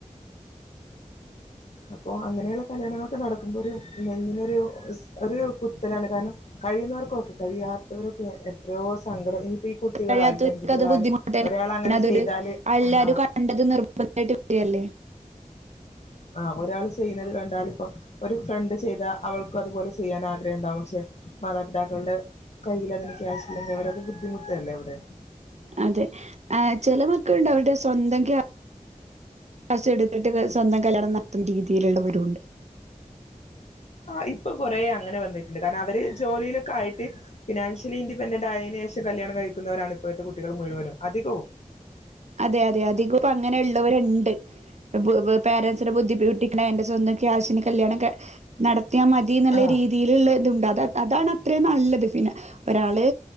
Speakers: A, on the right; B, on the left.
A: <inaudible>
B: അപ്പോ അങ്ങനെയുള്ള കല്യാണങ്ങളൊക്കെ നടക്കുമ്പോ ഒരു ചങ്കിനൊരു ഒരു കുത്തലാണ്. കാരണം കഴിയുന്നവർക് ഓക്കെ കഴിയാത്തവരൊക്കെ എത്രയോ സങ്കടം ഇനിപ്പ ഈ കുട്ടികളായാലും
A: കഴിയത്തവർക്ക്
B: പെൺകുട്ടികളായാലും
A: അത് ബുദ്ധിമുട്ടന്നെണ്.
B: ഒരാൾ അങ്ങനെ
A: പിന്നെ അതൊരു
B: ചെയ്താല്
A: എല്ലാരും
B: ആ
A: കണ്ടത് നിർബന്ധ അടിപൊളിയല്ലേ
B: ആഹ് ഒരാൾ ചെയ്യുന്നത് കണ്ടാല് ഇപ്പ ഒരു ഫ്രണ്ട് ചെയ്താ അവൾക്ക് അതുപോലെ ചെയ്യാൻ ആഗ്രഹം ഉണ്ടാവും. പക്ഷേ മാതാപിതാക്കളുടെ കയ്യിലതിന് ക്യാഷ് ഇല്ലാതെ അവരത് ബുദ്ധിമുട്ടല്ലേ അവിടെ.
A: അതെ ആഹ് ചെല മക്കളുണ്ട് അവരുടെ സ്വന്തം ക്യാ ശെടുത്തിട്ട് സ്വന്തം കല്യാണം നടത്തുന്ന രീതിയിലുള്ളവരും ഉണ്ട്.
B: ആഹ് ഇപ്പോ കൊറേ അങ്ങനെ വന്നിട്ടുണ്ട്. കാരണം അവര് ജോലിയിലൊക്കെ ആയിട്ട് ഫിനാൻഷ്യലി ഇൻഡിപെണ്ടൻഡ് ആയതിന് ശേഷം കല്യാണം കഴിക്കുന്നവരാണ് ഇപ്പോഴത്തെ കുട്ടികൾ മുഴുവനും അധികവും.
A: അതെ അതെ അധികവും ഇപ്പോ അങ്ങനെയുള്ളവരുണ്ട്. പ് പ് പാരൻറ്സിനെ ബുദ്ധിമുട്ടിക്കണേണ്ട് സ്വന്തംക്യാഷിന് കല്യാണം ക നടത്തിയാമതി മതി എന്നുള്ള
B: ആഹ്
A: രീതിയിലുള്ള ഇതുംണ്ട്. അത് അതാണ് അത്രയും നല്ലത് പിന്നെ ഒരാള്